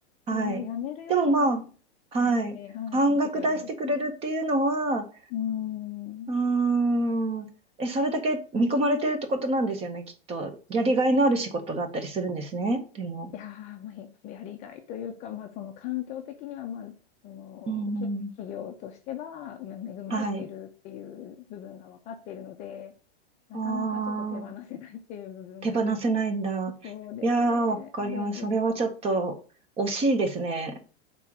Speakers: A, on the right; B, on the left.
A: あはい。
B: でもまあ、やめるよりは、
A: でもま
B: と思って、
A: あ、はい。
B: はい、
A: 半額出してくれるっていうのは、
B: 続けてはいるんですけど。うーん。
A: うーん、え、それだけ見込まれてるってことなんですよね、きっと。やりがいのある仕事だったりするんですね、でも。
B: いやー、まあ、ひやりがいというか、まあ、その環境的には、まあ、その、
A: うんうん、
B: 企企業としては、まあ恵まれているっていう部分が分かっているので、
A: はい。
B: なかなかちょっと手放せないっていう部分が、
A: ああ、手放せないんだ。
B: そうですね、
A: いやー、わかります。
B: あるんですけど、
A: それはちょっと惜しいですね。